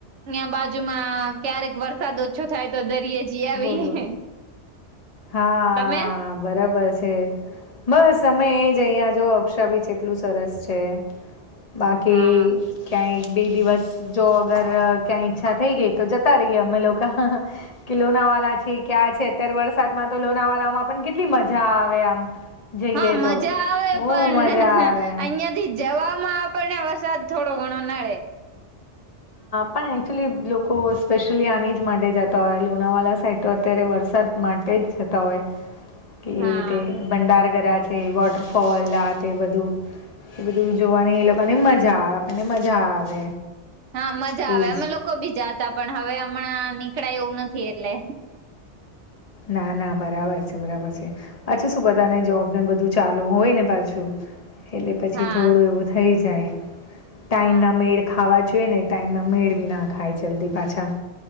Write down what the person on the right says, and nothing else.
ત્યાં બાજુમાં ક્યારેક વરસાદ ઓછો થાય તો દરિયે જ જઈ આવીયે.
તમે?
હા
હા મજા
આવે
પણ
અહિયાંથી જવામાં આપણને વરસાદ થોડો ઘણો નડે.
હા
હા મજા
આવે
અમે લોકો બી જાતા પણ હવે હમણાં નીકળાય એવું નથી એટલે
હા
હા